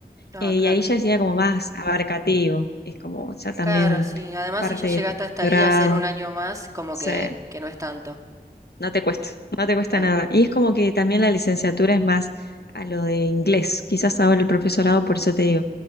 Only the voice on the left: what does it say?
eh,
y ahí
ya sería como más abarcativo, es como ya también
parte
de tu
doctorado,
o
sea,
no te cuesta, no te cuesta
nada. Y es como que también la licenciatura es más a lo de inglés, quizás ahora el profesorado,
por eso te digo.